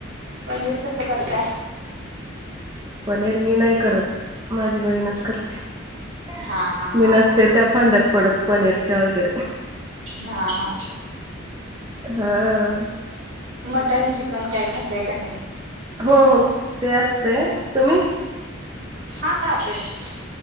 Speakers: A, on the right; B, on the right.
A: पनीर कसं करताय
B: पनीर मी नाही करत माझी बहीणच करते
A: हा हा
B: मी
A: हा
B: नसते
A: हा
B: त्या फंद्यात पडत पनीरच्या वगैरे
A: हा हा
B: हं
A: मटन चिकन काय खाताय का नाय
B: हो हो ते असतंय तुम्ही
A: हा खातोय ना